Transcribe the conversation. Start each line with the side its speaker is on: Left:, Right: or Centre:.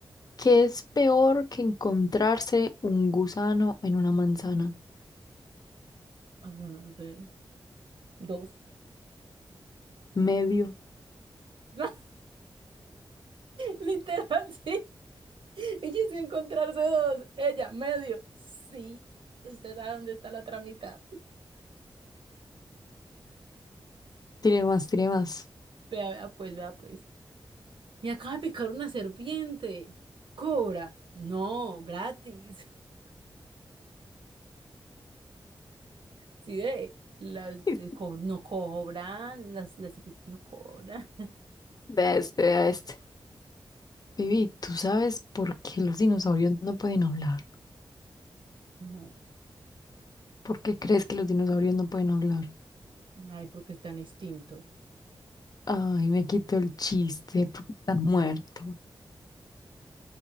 Left: ¿Qué es peor que encontrarse un gusano en una manzana?
Right: Ay, yo no sé. Dos.
Left: Medio.
Right: <laughs> Literal, sí. Ella es que encontrarse dos. Ella, medio. Sí. Usted sabe dónde está la otra mitad.
Left: Tiene más, tiene más.
Right: Vea, vea, pues, vea, pues. Me acaba de picar una serpiente. Cobra. No, gratis. <laughs> Sí, ve. Las,
Left: <laughs>
Right: el co- no cobran. Las, las serpientes no cobran.
Left: Vea este, vea este. Vivi, ¿tú sabes por qué los dinosaurios no pueden hablar?
Right: No.
Left: ¿Por qué crees que los dinosaurios no pueden hablar?
Right: Ay, porque están extintos.
Left: Ay, me quitó el chiste porque están muerto.